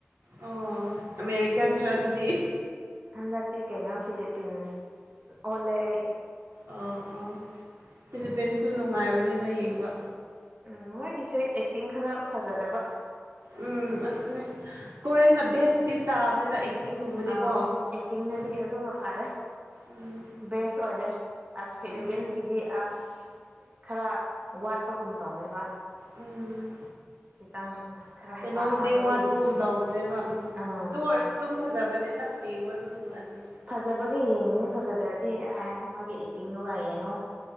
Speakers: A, on the right; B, on the right.
A: ꯑꯣ ꯑꯃꯦꯔꯤꯀꯥꯟꯁꯨ ꯑꯗꯨꯗꯤ
B: ꯍꯟꯗꯛꯇꯤ ꯀꯩꯅꯣ ꯐꯤꯂꯤꯄꯤꯟꯁ ꯑꯣꯜꯂꯦ ꯑꯩ
A: ꯑꯥ ꯑꯥ ꯐꯤꯂꯤꯄꯤꯟꯁꯨ ꯅꯨꯡꯉꯥꯏꯕꯅꯤꯗ ꯌꯦꯡꯕ
B: ꯎꯝ ꯃꯣꯏꯒꯤꯁꯦ ꯑꯦꯛꯇꯤꯡ ꯈꯔ ꯐꯖꯗꯕ
A: ꯎꯝ ꯑꯗꯨꯅꯦ ꯀꯣꯔꯟꯅ ꯚꯦꯁꯇꯤ ꯇꯥꯕꯅꯤꯅ ꯑꯦꯛꯇꯤꯡꯒꯨꯝꯕꯗꯤꯀꯣ
B: ꯑꯥꯎ ꯑꯦꯛꯇꯤꯡꯗꯗꯤ
A: ꯎꯝ
B: ꯑꯗꯨꯅ ꯐꯔꯦ
A: ꯎꯝ
B: ꯕꯦꯁ ꯑꯣꯏꯔꯦ ꯑꯁ ꯐꯤꯂꯤꯄꯤꯟꯁꯀꯤꯗꯤ
A: ꯎꯝ
B: ꯑꯁ ꯈꯔ ꯋꯥꯠꯄꯒꯨꯝ ꯇꯧꯋꯦꯕ
A: ꯎꯝ
B: ꯈꯤꯇꯪ ꯑꯁ ꯈꯔ ꯍꯩꯄꯥ
A: ꯀꯩꯅꯣꯝꯗꯤ
B: ꯁꯥꯕꯒꯤ
A: ꯋꯥꯠꯄꯒꯨꯝ ꯇꯧꯕꯅꯦꯕ ꯎꯝ
B: ꯑꯥ
A: ꯑꯗꯨ ꯑꯣꯏꯔꯁꯨ ꯑꯗꯨꯝ ꯐꯖꯥꯕꯅꯦ ꯗꯥꯛ ꯌꯦꯡꯕ ꯑꯗꯨ ꯅꯨꯡꯉꯥꯏꯕꯅꯤꯗ
B: ꯐꯖꯕꯒ ꯌꯦꯡꯉꯤꯅꯤ ꯐꯖꯗ꯭ꯔꯗꯤ ꯑꯦ ꯃꯣꯏꯒꯤ ꯑꯦꯛꯇꯤꯡꯗꯨꯒ ꯌꯦꯡꯉꯣꯏ